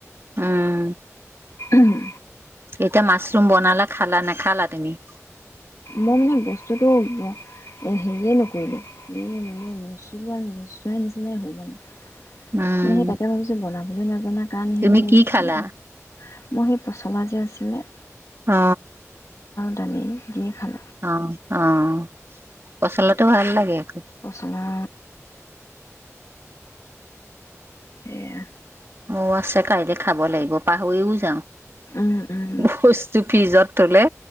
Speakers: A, on the right; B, on the left.
A: উম
B: উম। উম।
A: এতিয়া মাছৰুম বনালা খালা নেক খালা তুমি।
B: মই মানে বস্তুটো হেৰিয়ে নকৰিলো এই মানে নুচোৱা নুচোৱাই নিচিনাই হ'ল মানে।
A: উম
B: মানে সেই তাকে ভাবিছ বনাম। কিন্তু নাজাননা গান
A: তুমি
B: সেনে
A: কি
B: নেকি।
A: খালা
B: মোৰ সেই পচলা যে আছিলে।
A: অ।
B: দনি দিয় খালো
A: অ। অ', পচলতো ভাল লাগে। আকৌ
B: পচলা সেয়া।
A: ময় আছে কাইলৈ খাব লাগিব পাহৰিও যাওঁ।
B: উম উম
A: বস্তু ফিজত। তুলে।